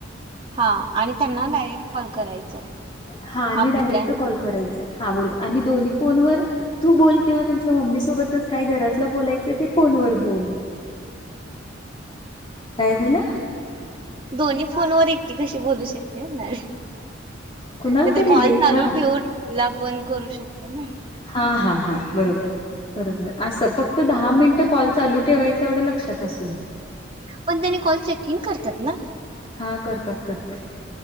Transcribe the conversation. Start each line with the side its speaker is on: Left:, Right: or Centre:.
Right: हा आणि त्यांना डायरेक्ट कॉल करायच,
Left: हा आणि
Right: आपल्या
Left: डायरेक्ट कॉल करायचा हा बरोबर आणि दोन्ही फोन वर तू बोल किंवा तुमच्या मम्मी सोबत काय घरातलं बोलायच ते फोन वर बोल. काय झालं?
Right: दोन्ही फोनवर एकटी कशी बोलू शकते म्हणाले.
Left: कुणाला
Right: नाय
Left: तरी
Right: तर कॉल
Left: दे ना
Right: चालू ठेवूनला पण करू शकतो ना.
Left: हा हा हा बरोबर, बरोबर अस फक्त दहा मिनट. कॉल चालू ठेवायचं एवढं लक्षात असू दे.
Right: पण त्याने कॉल चेकिंग करतात ना.
Left: हा करतात, करतात.